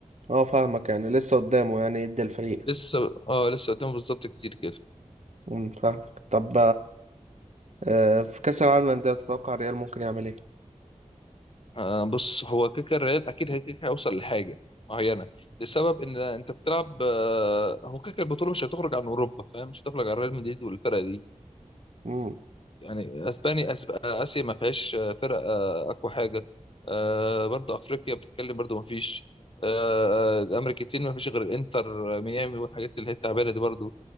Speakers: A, on the right; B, on the left.
A: اه فاهمك يعني لسه قدامه يعني يدي الفريق
B: لسه اه لسه قدامه بالظبط كتير كده
A: مم، فاهمك طب آه، في كأس العالم للأندية تتوقع ريال ممكن يعمل ايه؟
B: آه، بص هو كيكا الريال اكيد هيك هيوصل لحاجه معينه لسبب ان انت بتلعب آه، هو كيكا البطوله مش هتخرج عن اوروبا فاهم مش هتخرج عن ريال مدريد والفرق دي
A: مم.
B: يعني اسباني أسب... اسيا ما فيهاش فرق آه، اقوى حاجه آه، برضو افريقيا بتتكلم برضو ما فيش آه، الامريكتين ما فيش غير الانتر ميامي والحاجات اللي هي التعبانه دي برضو